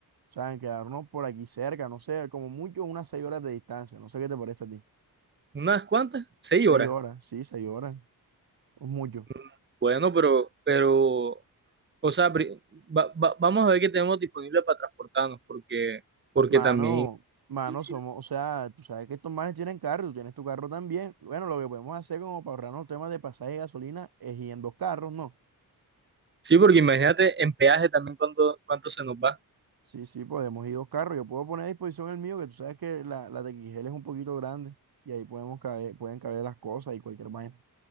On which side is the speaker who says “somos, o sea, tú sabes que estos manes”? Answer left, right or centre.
Right